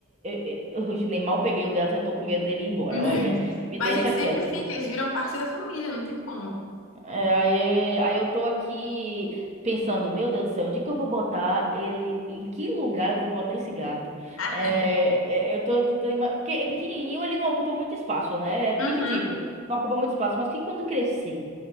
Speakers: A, on the right; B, on the left.
A: eu, eu- eu <laughs> hoje nem mal peguei o gato, já tô com medo dele ir embora.
B: <laughs>
A: Olha, me
B: Mas
A: deixa
B: a gente
A: quieto.
B: sempre fica, eles viram parte da família, não tem como.
A: É, aí, aí eu tô aqui pensando, meu Deus do céu, onde que eu vou botar ele? Em que lugar eu vou botar esse gato?
B: Ah,
A: É, é, eu tô, tô- tô ima- porque é pequenininho, ele não ocupa muito espaço, né? É pequititico,
B: Uhum.
A: não ocupa muito espaço, mas que quando crescer?